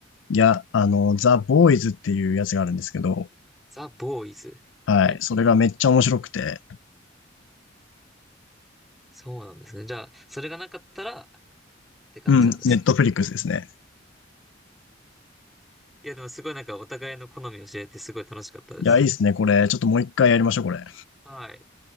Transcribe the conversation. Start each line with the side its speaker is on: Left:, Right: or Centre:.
Left: いや、あの、ザ・ボーイズっていうやつがあるんですけど、
Centre: ザ・ボーイズ。
Left: はい。
Centre: え、
Left: それがめっちゃ面白くて、
Centre: そうなんですね。じゃあ、それがなかったらって感じなんですね。
Left: うん、ネットフリックスですね。
Centre: いや、でもすごいなんかお互いの好みを教えてすごい楽しかったです。
Left: いや、いいっすね、これ。ちょっともう一回やりましょう、これ。
Centre: はい。